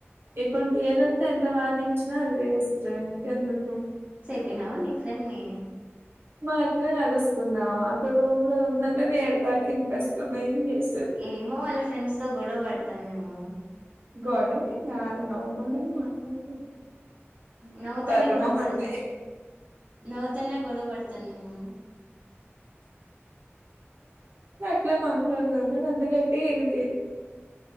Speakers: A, on the right; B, on the right.
A: ఇప్పుడు గేదె లతో ఎంత వాదించిన వేస్ట్ చ ఇంకెందుకు
B: చెప్పినవా నీ ఫ్రెండ్ ని
A: మాత్రమే అరుస్తున్నావా రూమ్ లో ఉన్నాగాని ఏడుపుంతా వినిపిస్తుంది ఏం చేస్తున్నావ్
B: ఏమో వాళ్ళ ఫ్రెండ్స్ తో గొడవ పడుతుందేమో
A: గొడవేం కాదు నవ్వుతూ మాట్లాడుతుంది
B: నవ్వుతూనే
A: బర్రె
B: గొడవ
A: మొహంది.
B: పడుతుంద నవ్వుతూనే గొడవ పడుతుందేమో
A: అట్లా మాట్లాడదాం అందుకట్టే ఏమి